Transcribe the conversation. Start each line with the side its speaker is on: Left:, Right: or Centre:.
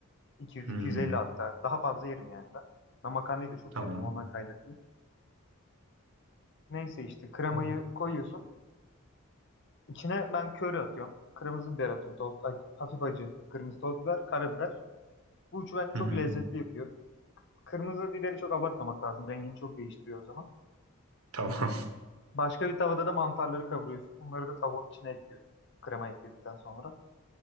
Left: 200-250
Right: Hmm,
Left: hatta. Daha fazla yerim yani ben. Ben makarnayı da çok
Right: tamam.
Left: seviyorum ondan kaynaklı. Neyse işte kremayı
Right: Tamam.
Left: koyuyorsun. İçine ben köri atıyorum. Kırmızı biber atıyorum. Toz, ac- hafif acı. Kırmızı toz biber, karabiber. Bu üçü bence çok
Right: Hı hı,
Left: lezzetli yapıyor. Kırmızı biberi çok abartmamak lazım. Rengini çok değiştiriyor o zaman.
Right: tamam.
Left: Başka bir tavada da mantarları kavuruyorsun. Onları da tavuğun içine ekliyorsun. Krema ekledikten sonra.